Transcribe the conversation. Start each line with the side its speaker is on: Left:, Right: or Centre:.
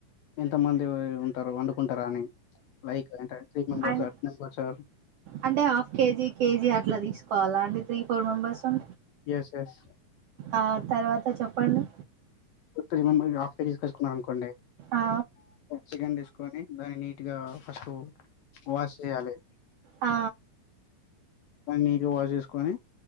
Left: ఎంత మంది ఉంటారు వండుకుంటారాని లైక్ అంటే త్రీ మెంబర్స్
Right: అన్
Left: టూ మెంబర్స్ సార్?
Right: అంటే హాఫ్ కేజీ కేజీ అట్ ఇట్లా తీసుకోవాల అండి త్రి ఫోర్ మెంబెర్స్ ఉం
Left: ఎస్ ఎస్
Right: ఆ తర్వాత చెప్పండి
Left: ఓ త్రి మెంబెర్స్ కి హాఫ్ కేజీ తీసుకచ్చుకున్నారు అనుకోండి
Right: ఆ
Left: చికెన్ తీస్ కొని దాన్ని నీట్ గా ఫస్ట్ వాష్ చేయాలి
Right: ఆ
Left: బా నీటి గా వాష్ చేసుకొని